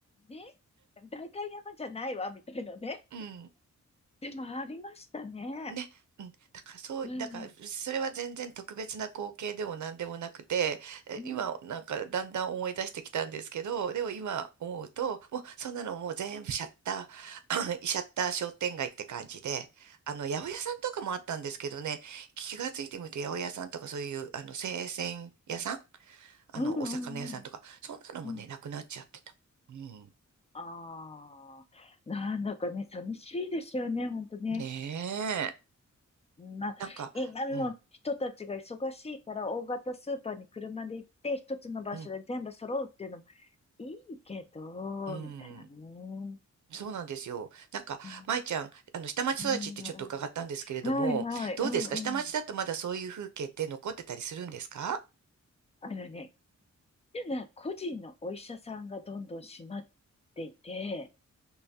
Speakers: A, on the left; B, on the right.
A: ね。代官山じゃないわ、みたいなね。
B: うん。
A: でもありましたね。
B: ね、うん、だからそう、
A: うん。
B: だからそれは全然特別な光景でも何でもなくて、え今なんかだんだん思い出してきたんですけど、
A: うん。
B: でも今思うと、もうそんなのもう全部シャッター、<clears throat> シャッター商店街って感じで、あの、八百屋さんとかもあったんですけどね、気がついてみると八百屋さんとかそういう、あの、生鮮屋さん、
A: うんう
B: あの、お魚屋さんとか、
A: んうん。
B: そんなのもね、
A: うん。
B: なくなっちゃってた。うん。
A: ああ。なんだかね、寂しいですよね、ほんとね。
B: ねえ。
A: まあ、
B: なんか、
A: 今の人たちが忙しいから大型スーパーに車で行って一つの場所で全部揃うっていうのも
B: うん、うん、
A: いいけど、
B: うん。
A: みたいなね。う
B: そうなんですよ。なんか、
A: ん
B: 舞ちゃん、あの、下町育ちってちょっと伺ったんですけれども、
A: うんはいはい、
B: どうですか下町だとまだそういう風景って残ってたりするんですか
A: うんうん。あのね、っていうのは個人のお医者さんがどんどん閉まっていて、